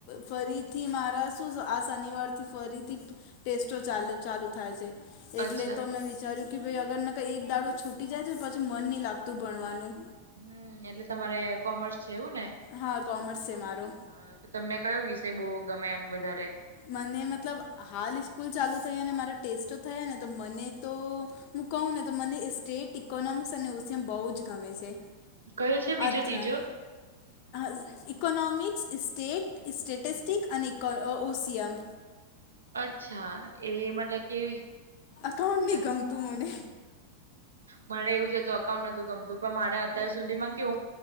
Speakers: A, on the left; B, on the right.
A: ફરીથી મારા શું આ શનિવારથી ફરીથી- ટેસ્ટો ચાલ ચાલુ થાય છે એટલે
B: અચ્છા
A: તો મેં વિચાર્યું કે ભાઈ અગર નકે એક દાડૂ છૂટી જાય ને પછી મન નહી લાગતું ભણવાનું.
B: હમ્મ એટલે તમારે કોમર્સ છે એવું ને.
A: હા કોમર્સ છે મારુ.
B: હમ્મ તો તમને કયો વિષય બહુ ગમે એમ વધારે.
A: મને મતલબ હાલ ઇસ્કૂલ ચાલુ થઈ અને મારા ટેસ્ટો થયા ને તો મને તો મું કહુ ને તો મને સ્ટેટ, ઇકોનોમિક્સ અને ઓશિયમ બહુ જ ગમે છે.
B: કયો છે બીજો
A: અતરા.
B: ત્રીજો
A: હ ઇકોનોમિક્સ, ઇસ્ટેટ, ટેટિસ્ટિક અને ઇકો ઓસિયામ.
B: અચ્છા એ મતલબ કેવી
A: એકાઉન્ટ ની
B: અચ્છા
A: ગમતું મને.
B: મારે એવું જ હતું અકાઉન્ટ નતું ગમતું પણ મારે અત્યાર સુધીમાં કેવું